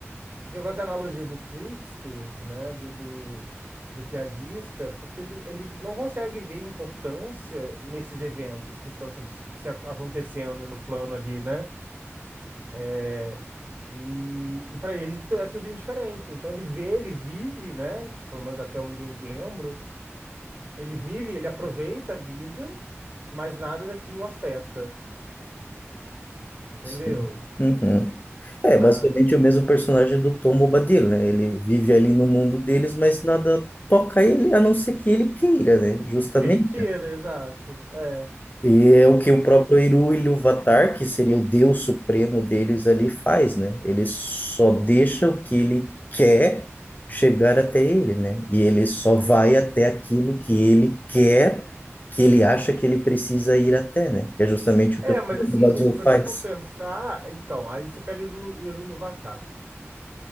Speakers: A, on the right; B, on the left.
A: Porque eu gosto da analogia do trickster, né? Do, do, do piadista, porque ele, ele não consegue ver importância nesses eventos que estão se, se ac- acontecendo no plano ali, né? É, E, e para ele tu- é tudo indiferente. Então ele vê, ele vive, né? Pelo menos até onde eu lembro Ele vive, ele aproveita a vida, mas nada daquilo o afeta, entendeu?
B: Sim. Uhum. É
A: Sabe?
B: basicamente o mesmo personagem do Tom Bombadil, né? Ele vive ali no mundo deles, mas nada toca ele, a não ser que ele queira, né? Justamente.
A: Que ele queira, exato. É.
B: E é o que o próprio Eru Ilúvatar, que seria o Deus supremo deles ali, faz, né? Ele só deixa o que ele quer chegar até ele, né? E ele só vai até aquilo que ele quer, que ele acha que ele precisa ir até, né? Que é justamente
A: É,
B: o que o
A: mas
B: Trono
A: assim,
B: do Vazio
A: se você
B: faz.
A: for pensar, então, aí você pega Iru- Iruvatar.